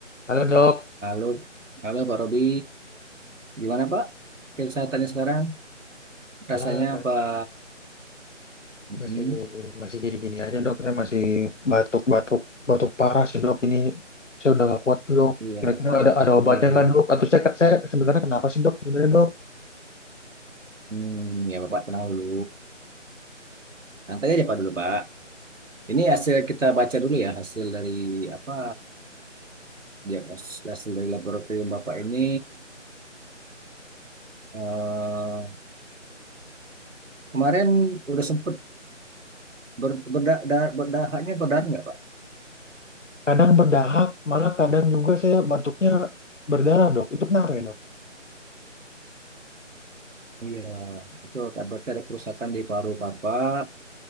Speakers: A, on the left; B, on the right.
A: Halo dok,
B: Halo, halo Pak Robi. Gimana Pak? Kesehatannya sekarang? Rasanya
A: ya
B: Pak? Mm-mm.
A: masih masih gini-gini aja dok, saya masih batuk-batuk batuk parah sih dok ini. Saya udah gak kuat dok.
B: Iya,
A: Kira-kira ada
B: iya,
A: ada obatnya
B: iya.
A: nggak
B: iya.
A: dok? Atau saya saya sebenarnya kenapa sih dok? Sebenarnya dok,
B: Hmm, ya Bapak tenang dulu. Santai aja Pak dulu Pak. Ini hasil kita baca dulu ya hasil dari apa? Ya, hasil hasil dari laboratorium Bapak ini eh, kemarin udah sempet ber, berda, da, berdahaknya berdarah nggak Pak?
A: kadang berdahak, malah kadang juga saya batuknya berdarah dok. Itu kenapa ya dok?
B: Iya, itu akan berarti ada kerusakan di paru Bapak.